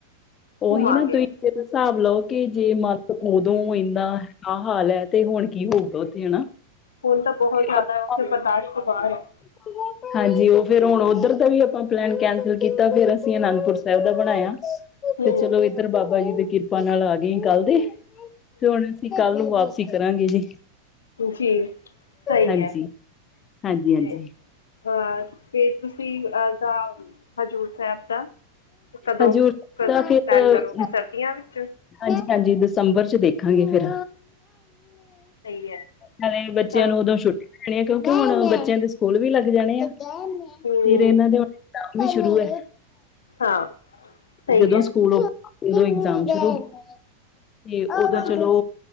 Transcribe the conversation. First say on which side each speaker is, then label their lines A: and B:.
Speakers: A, on the left (about 25°); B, on the left (about 70°).
A: ਉਹੀ
B: ਘੁੰਮਾਂਗੇ
A: ਨਾ ਤੁਸੀਂ ਜੇ ਹਿਸਾਬ ਲਓ ਕਿ ਜੇ ਮਤ ਉਦੋਂ ਇੰਨਾ ਆ ਹਾਲ ਐ। ਤੇ ਹੁਣ ਕੀ ਹੋਊਗਾ ਉੱਥੇ ਹਨਾ।
B: ਹੁਣ ਤਾਂ ਬਹੁਤ
A: ਫਿਰ
B: ਜ਼ਿਆਦਾ
A: ਆਪਾਂ
B: ਉੱਥੇ ਬਰਦਾਸ਼ਤ ਤੋਂ ਬਾਹਰ ਹੈ।
A: <inaudible> <inaudible> ਹਾਂਜੀ ਉਹ ਫਿਰ ਹੁਣ ਓਧਰ ਦਾ ਵੀ ਆਪਾਂ ਪਲੈਨ ਕੈਂਸਲ ਕੀਤਾ ਫਿਰ ਅਸੀਂ ਅਨੰਦਪੁਰ ਸਾਹਿਬ ਦਾ ਬਣਾਇਆ।
B: ਹੂੰ
A: ਤੇ ਚਲੋ ਇੱਧਰ ਬਾਬਾ ਜੀ ਦੀ ਕਿਰਪਾ ਨਾਲ ਆ ਗਏ ਕੱਲ ਦੇ, ਤੇ ਹੁਣ ਅਸੀਂ ਕੱਲ ਨੂੰ ਵਾਪਸ। ਅਸੀਂ ਕਰਾਂਗੇ ਜੀ।
B: ਜੀ ਸਹੀ
A: ਹਾਂਜੀ
B: ਹੈ।
A: ਹਾਂਜੀ ਹਾਂਜੀ।
B: ਅਹ ਫਿਰ ਤੁਸੀਂ ਅਦਾ ਹਜ਼ੂਰ ਸਾਹਿਬ ਦਾ। ਕਦੋਂ
A: ਹਜ਼ੂਰ
B: ਕ
A: ਤਾਂ ਫਿਰ
B: ਪਲੈਨ ਕਰੋਗੇ
A: <inaudible>
B: ਸਰਦੀਆਂ ਵਿੱਚ
A: ਹਾਂਜੀ-ਹਾਂਜੀ ਦਸੰਬਰ ਚ ਦੇਖਾਂਗੇ ਫਿਰ।
B: ਸਹੀ ਹੈ
A: ਨਾਲੇ ਬੱਚਿਆਂ
B: ਦਸੰ
A: ਨੂੰ ਉਦੋਂ ਛੁੱਟੀਆਂ ਨੇ ਆ ਕਿਉਂਕਿ ਹੁਣ ਬੱਚਿਆਂ ਦੇ ਸਕੂਲ ਵੀ ਲੱਗ ਜਾਣੇ ਆ। ਫੇਰ
B: ਹੂੰ
A: ਇਹਨਾਂ ਦੇ ਐਕਸਾਮ ਵੀ ਸ਼ੁਰੂ ਹੈ।
B: ਹਾਂ। ਸਹੀ
A: ਜਦੋਂ
B: ਹੈ
A: ਸਕੂਲ ਦੇ ਇਗਜ਼ਾਮ ਸ਼ੁਰੂ ਤੇ ਓਦੋਂ
B: ਹਾਂ
A: ਚਲੋ